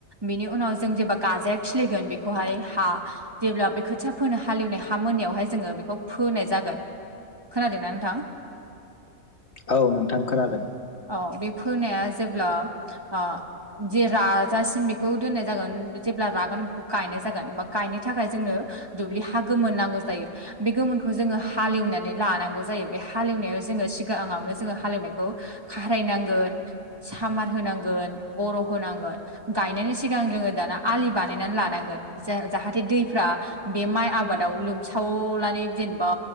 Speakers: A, on the right (about 20°); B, on the left (about 55°).
A: बिनि उनाव जों जेबब्ला गाजाया खिलिगोन बेखौहाय हा जेब्ला बे खोथिया फोनो हालेवनाय हा मोननायावहाय जोंङो बेखौ फोनाय जागोन । खोनादोंना नोंथां?
B: औ नोंथां खोनादों ।
A: औ बे फोनाया जेब्ला ओ जे राजासिम बेखौ दोननाय जागोन बिदि ब्ला रागोन बेखौ गायनाय जागोन बा गायनो थाखाय जोंनो दुब्लि हा गोमोन नांगौ जायो बे गोमोनखौ जोङो हालेवनानै लानांगौ जायो बे हालेवनायाव जोङो सिगाङावनो जोङो हालेवनायखौ खारायनांगोन सामार होनांगोन बर' होनांगोन गायनाय सिगां जोङो दाना आलि बानायनानै लानांगोन जे जाहाथे दैफ्रा बे माइ आबादाव लोम सावनानै जेनेबा